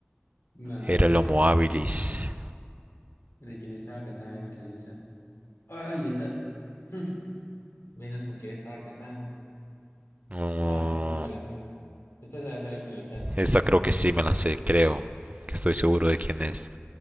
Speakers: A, on the left; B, on the right.
A: No.
B: Era el Homo habilis.
A: ¿De quién estaba casada Venus, la diosa? Ay, esa. <laughs> Venus, ¿con quién estaba casada?
B: No,
A: No, esta sí no me la sé. Esta se va a hacer al pinochazo.
B: esta creo que sí me la sé, creo. Que estoy seguro de quién es.